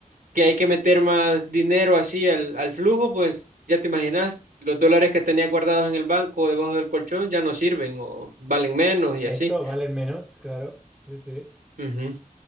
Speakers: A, on the right (about 80°); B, in the centre.
A: que hay que meter más dinero así al, al flujo, pues ya te imaginas. Los dólares que tenía guardados en el banco o debajo del colchón ya no sirven o valen
B: Sí.
A: menos y
B: Esto
A: así.
B: valen menos, claro. Sí, sí.
A: Ujú.